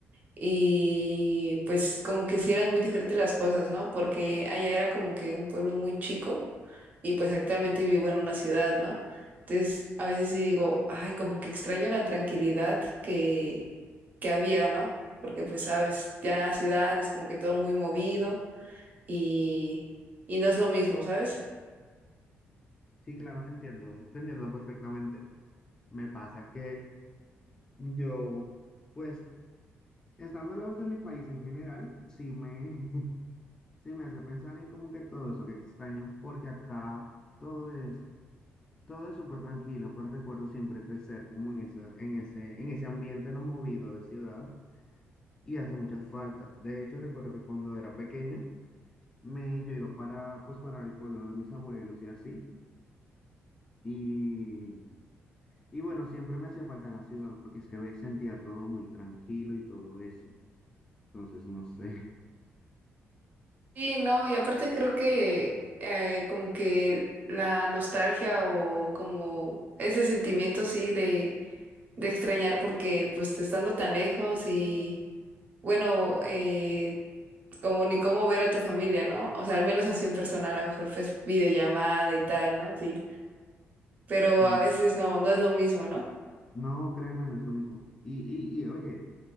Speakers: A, on the right; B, on the left.
A: y pues como que sí eran muy diferentes las cosas, ¿no? Porque allá era como que un pueblo muy chico y pues actualmente vivo en una ciudad, ¿no? Entonces, a veces sí digo, ay, como que extraño la tranquilidad que, que había, ¿no? Porque pues sabes, ya ciudad es como que todo muy movido y, y no es lo mismo, ¿sabes?
B: Sí, claro, entiendo, te entiendo perfectamente. Me pasa que yo, pues, estando lejos de mi país en general, sí me, <laughs> sí me hace pensar en como que todo eso que extraño, porque acá todo es, todo es súper tranquilo, pues recuerdo siempre crecer como en esa, en ese, en ese ambiente no movido de ciudad y hace mucha falta. De hecho, recuerdo que cuando era pequeño, me, yo iba para, pues, para el pueblo de mis abuelos y así. Y, y bueno, siempre me hacía falta la ciudad porque es que ve- sentía todo muy tranquilo y todo eso. Entonces, no sé. <laughs>
A: Sí, no, y aparte creo que eh, como que la nostalgia o como ese sentimiento, sí, de de extrañar porque pues estando tan lejos y bueno, eh, como ni cómo ver a tu familia, ¿no? O sea, al menos así en persona, a lo mejor pues videollamada y tal, ¿no? Sí, pero
B: Sí,
A: a veces no, no es lo mismo, ¿no?
B: no, créeme, no es lo mismo. Y, y, y oye,